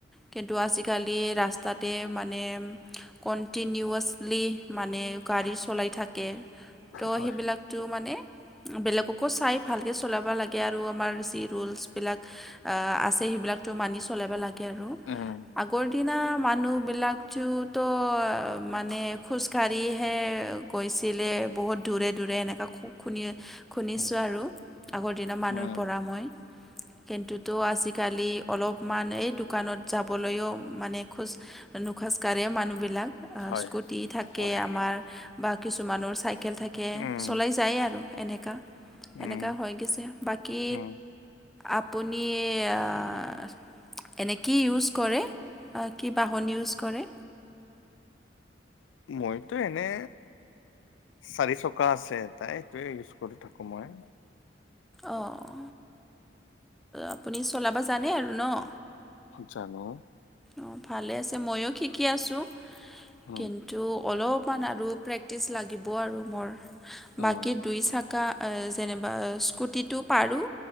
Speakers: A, in the centre; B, on the left (about 80°).
A: কিন্তু আজিকালি ৰাস্তাতে মানে কণ্টিনিউৱাচলি মানে গাড়ী চলাই থাকে, ত'
B: হয়।
A: সেইবিলাক টো মানে বেলেগকো চাই ভালকে চলাব লাগে আৰু আমাৰ যি ৰোলচবিলাক। অ', আছে সেইবিলাকতো মানি চলাবা লা গে আৰু
B: উম,
A: আগৰ দিনা মানুহবিলাক তো ত' মানে খোজকাঢ়িহে গৈছিলে বহুত দূৰে, দূৰে এনেকুৱা খুব খুনি শুনিছোঁ
B: উম,
A: আৰু আগৰ দিনৰ মানুহৰ
B: উম,
A: পৰা মই। কিন্তুতো আজিকালি অলপমান এই দোকানত যাবলৈও মানে খোজ নুখজকাঢ়েও মানুহবিলাক। অ',
B: হয়,
A: স্কুটি থাকে
B: হয়,
A: আমাৰ, বা কিছুমানৰ চাইকেল থা কে
B: উম,
A: চলাই যায় আৰু এনেকা,
B: উম,
A: এনেকা হৈ গৈছে বাকী
B: উম।
A: আপুনি আহ এনে কি ইউজ কৰে, কি বাহন ইউজ কৰে?
B: মইতো এনে চাৰি চকা আছে এটা, এইটোয়ে ইউজ কৰি থাকোঁ মই।
A: অ', আপুনি চলাব জানে আৰু ন'?
B: জানোঁ।
A: অ', ভালে আছে ময়ো শিকি আছোঁ,
B: উম,
A: কিন তু অলপমান আৰু প্ৰেক্টিচ লাগিব আৰু মোৰ।
B: উম।
A: বাকী দুই চাক কা এ, যেনিবা স্কুটিটো পাৰোঁ,